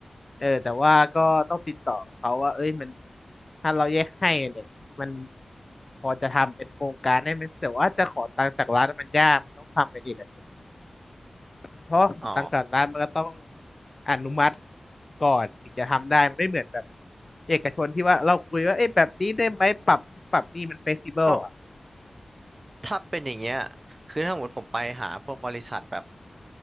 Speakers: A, on the left (about 35°); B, on the right (about 40°).
A: เออแต่ว่าก็ต้องติดต่อเขาว่าเอ้ยมันถ้าเราแยกให้เนี่ยมันพอจะทำเป็นโครงการได้ไหมแต่ว่าจะขอตังค์จากรัฐมันยากมันต้องทำกับเอกชนเพราะตังค์จากรัฐมันก็ต้อง
B: อ๋อ
A: อนุมัติก่อนถึงจะทำได้มันไม่เหมือนแบบเอกชนที่ว่าเราคุยว่าเอ้ยแบบนี้ได้ไหมปรับปรับนี่มันเฟกซิเบิลอ่ะ
B: เอ้าถ้าเป็นอย่างเงี้ยคือถ้าสมมติผมไปหาพวกบริษัทแบบ